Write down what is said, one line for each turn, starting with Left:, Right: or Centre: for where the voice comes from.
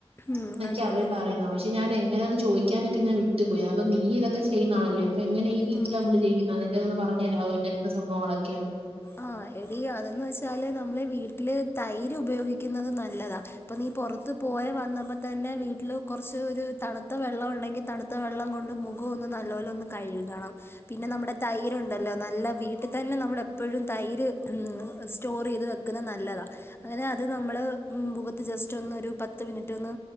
Left: ഉം
Right: എന്നൊക്കെയ
Left: അതെ
Right: അവര്
Left: അതെ
Right: പറയുന്ന പക്ഷെ ഞാൻ എങ്ങനെയാന്ന് ചോദിക്കാനൊക്കെ ഞാൻ വിട്ടുപോയി അപ്പ നീ ഇതൊക്കെ ചെയ്യുന്നാളല്ലേ അപ്പൊ എങ്ങനെ ഈ വീട്ടിൽ
Left: ഉം
Right: നമ്മള് ചെയ്യുന്നത് അതെന്റെതൊന്ന് പറഞ്ഞു തരാമോ എങ്ങനത്തെ സംഭവങ്ങളൊക്കെയാന്ന്
Left: ആഹ് എടി അതെന്ന് വെച്ചാല് നമ്മള് വീട്ടില് തൈര് ഉപയോഗിക്കുന്നത് നല്ലതാ ഇപ്പ നീ പുറത്തുപോ പോയ വന്നപ്പോൾ തന്നെ വീട്ടിൽ കുറച്ച് ഒരു തണുത്ത വെള്ളം ഉണ്ടെങ്കിൽ തണുത്ത വെള്ളം കൊണ്ട് മുഖം ഒന്ന ന നല്ലോലോന്നു കഴുകണം പിന്നെ നമ്മുടെ തൈരു ഉണ്ടല്ലോ നല്ല വീട്ടിൽ തന്നെ നമ്മ എപ്പോഴും തൈര് സ്റ്റോർ ചെയ്ത് വെക്കുന്നത് നല്ലതാ അങ്ങനെ അത് നമ്മൾ മുഖത്ത് ചെ ജസ്റ്റ്‌ ഒന്നൊരു പത്തുമിനിട്ടൊന്നു